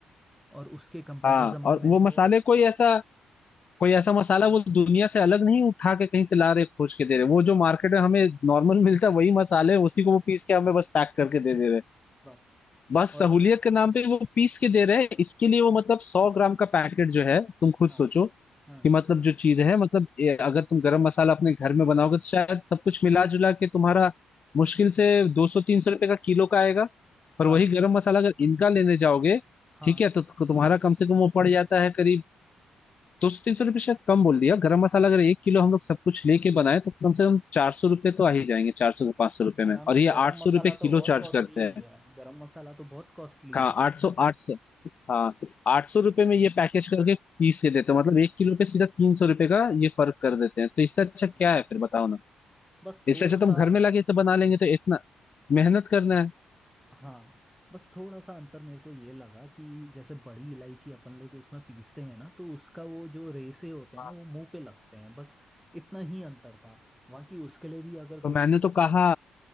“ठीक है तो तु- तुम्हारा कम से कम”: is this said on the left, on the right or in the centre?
Left